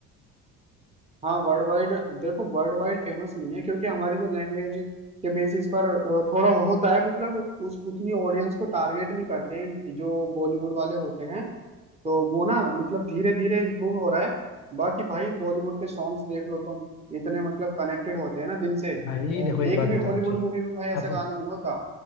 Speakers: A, on the right; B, on the left.
A: हाँ वर्ल्ड वाइड देखो वर्ल्ड वाइड फेमस नहीं है क्योंकि हमारी जो लैंग्वेज के बेसिस पर अ, थोड़ा होता है मतलब उस उतनी ऑडियंस को टारगेट नहीं करते हैं जो बॉलीवुड वाले होते हैं तो वो ना मतलब धीरे धीरे इम्प्रूव हो रहा है बाकी भाई बॉलीवुड के सॉन्ग्स देख लो तुम इतने मतलब कनेक्टेड होते हैं ना दिल से तो
B: भाई देखो एक बात
A: एक भी
B: बताओ
A: हॉलीवुड
B: मुझे
A: मूवी में भाई ऐसा
B: अब
A: गाने नहीं होता